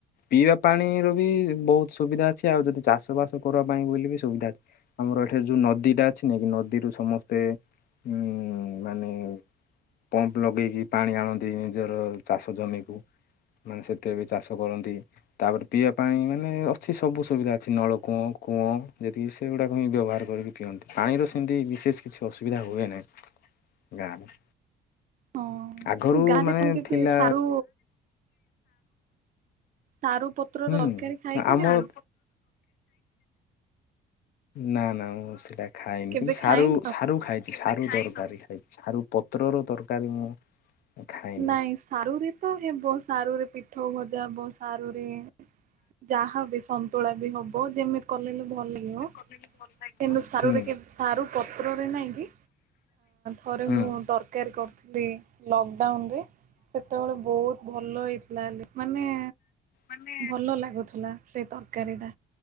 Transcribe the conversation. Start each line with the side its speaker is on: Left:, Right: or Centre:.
Left: ପିଇବା ପାଣିର ବି ବହୁତ ସୁବିଧା ଅଛି। ଆଉ ଯଦି ଚାଷ ବାସ କରିବା ପାଇଁ ବୋଲିବି ସୁବିଧା ଅଛି। ଆମର ଏଠି ଯୋଉ ନଦୀଟା ଅଛି ନ କି ନଦୀରୁ ସମସ୍ତେ ଉଁ ମାନେ ପମ୍ପ ଲଗେଇକି ପାଣି ଆଣନ୍ତି ନିଜର ଚାଷ ଜମିକୁ ମାନେ ସେତେ ବି ଚାଷ କରନ୍ତି ତାପରେ ପିଇବା ପାଣି ମାନେ ଅଛି ସବୁ ସୁବିଧା ଅଛି। ନଳ କୂଅ କୂଅ ଯେତିକି ସେଗୁଡ଼ାକ ମୁ ବ୍ୟବହାର କରିକି ପିଅନ୍ତି ପାଣିର ସେମିତି ବିଶେଷ କିଛି ଅସୁବିଧା ହୁଏ ନାହିଁ ଗାଁରେ
Right: ହଁ
Left: ଆଗରୁ
Right: ଗାଁରେ
Left: ମାନେ
Right: ପୁଣି କେତେ
Left: ଥିଲା
Right: ସାରୁ ସାରୁ ପତ୍ର
Left: ହୁଁ
Right: ର ତରକାରୀ ଖାଇଛୁ
Left: ଆମର
Right: କେବେ?
Left: ନା ନା ମୁଁ ସେଟା ଖାଇନି,
Right: କେବେ
Left: କିନ୍ତୁ ସାରୁ
Right: ଖାଇନ?
Left: ସାରୁ ଖାଇ ସାରୁ ଦରକାରୀ ଖାଇ ସାରୁ ପତ୍ର ର ଦରକାରୀ ମୁଁ ଖାଇନି
Right: ନାଇଁ ସାରୁରେ ତ ହେବ, ସାରୁରେ ପିଠଉ ଭଜା ବ ସାରୁରେ ଯାହାବ ସନ୍ତୁଳା ବି ହବ। ଯେମିତି କଲେ ବି ଭଲ ଲାଗିବ।
Left: <unintelligible>
Right: କିନ୍ତୁ ସାରୁରେ
Left: ହୁଁ
Right: କେ ସାରୁ ପତ୍ରରେ ନାଇଁ କି ଥରେ
Left: ହୁଁ
Right: ମୁଁ ତରକାରୀ କରିଥିଲି ଲକଡାଉନ ରେ ସେତେବେଳେ ବହୁତ ଭଲ ହେଇଥିଲା ହେ ମାନେ
Left: ମାନେ
Right: ଭଲ ଲାଗୁଥିଲା। ସେ ତରକାରୀ ଟା